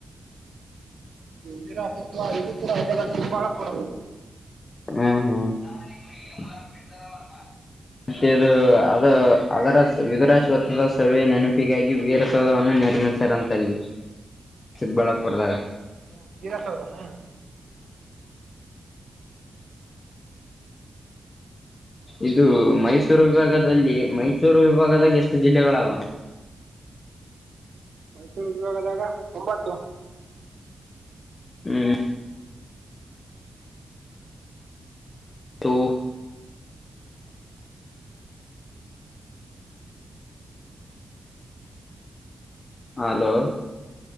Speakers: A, on the right (about 65°); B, on the left (about 30°).
A: ನಿರಾಸತ್ವ ಇದು ಕೂಡ ಚಿಕ್ಕಬಳ್ಳಾಪುರ.
B: ಹ್ಮ್ ಹ್ಮ್ ಮತ್ತದು ಅದು ಅದರ ವಿಿದುರಾಶ್ವತ್ದ ಸವೆಯ ನೆನಪಿಗಾಗಿ ವೀರಸೌಧವವನ್ನು ನಿರ್ಮಿಸಾರಂತಲ್ಲಿ ಚಿಕ್ಕಬಳ್ಳಾಪುರದ.
A: ಹ್ಮ ವಿರ ಸೌಧಾನ
B: ಇದು ಮೈಸೂರು ವಿಭಾಗದಲ್ಲಿ ಮೈಸೂರು ವಿಭಾಗದಾಗ ಎಷ್ಟು ಜಿಲ್ಲೆಗಳಾವ
A: ಮೈಸೂರು ವಿಭಾಗದಾಗ ಒಂಬತ್ತು
B: ಹ್ಮ ಟು ಹ ಹಲೋ